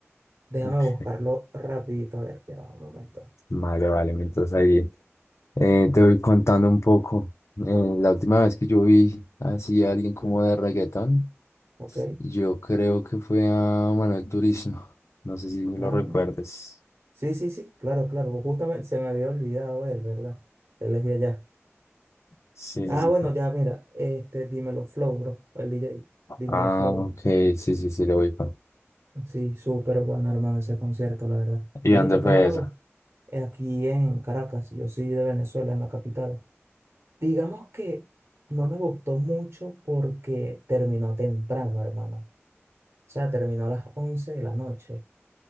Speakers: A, on the right; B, on the left.
A: Déjame
B: Ok,
A: buscarlo rapidito, a ver, ya va un momento.
B: Vale, vale, mientras ahí eh, te voy contando un poco. Eh, la última vez que yo vi así a alguien como de reggaetón,
A: ¿Ok?
B: yo creo que fue a Manuel Turizo. No sé si lo
A: Ah,
B: recuerdes.
A: sí, sí, sí, claro, claro. Justamente se me había olvidado él, ¿verdad? Él es de allá.
B: Sí, sí,
A: Ah,
B: sí.
A: bueno, ya, mira, este, dímelo Flow, bro, el DJ, dímelo
B: Ah,
A: Flow.
B: ok, sí, sí, sí, lo ubico.
A: Sí, súper bueno, hermano, ese concierto, la verdad.
B: ¿Y
A: Lo
B: dónde
A: único
B: fue
A: que no me
B: eso?
A: gusta es aquí en Caracas. Yo soy de Venezuela, en la capital. Digamos que no me gustó mucho porque terminó temprano, hermano. O sea, terminó a las 11 de la noche.